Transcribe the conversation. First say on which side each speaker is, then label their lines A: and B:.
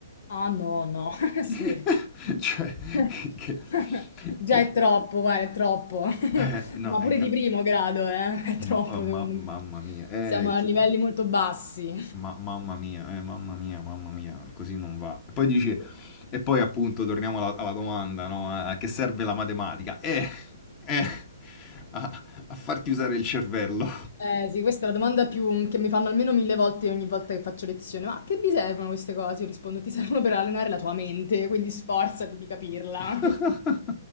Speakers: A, on the left (about 60°); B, on the left (about 30°).
A: Ah, no, no, <laughs>
B: <laughs>
A: sì.
B: cioè,
A: <laughs>
B: che,
A: Già
B: che-
A: è troppo, guarda, è troppo. <laughs>
B: eh, no,
A: Ma
B: è
A: pure
B: cap-
A: di primo grado, eh, è troppo
B: ma- oh, ma-
A: secondo me.
B: mamma mia, eh,
A: Siamo a
B: cioè,
A: livelli molto bassi.
B: ma- mamma mia, eh, mamma mia, mamma mia, così non va. E poi dici, e poi appunto torniamo alla, alla domanda, no? A che serve la matematica? Eh, eh, a, a farti usare il cervello.
A: Eh, sì, questa è la domanda più che mi fanno almeno 1000 volte ogni volta che faccio lezione. "Ma a che vi servono queste cose?" Io rispondo: "Ti servono per allenare la tua mente, quindi sforzati di capirla."
B: <laughs>